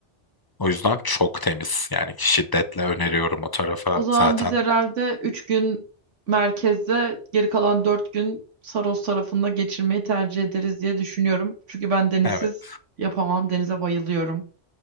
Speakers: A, on the left; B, on the right.
A: O yüzden çok temiz. Yani şiddetle öneriyorum o tarafa
B: O zaman
A: zaten.
B: biz herhalde 3 gün merkezde, geri kalan 4 gün Saros tarafında geçirmeyi tercih ederiz diye düşünüyorum. Çünkü ben denizsiz
A: Evet.
B: yapamam. Denize bayılıyorum.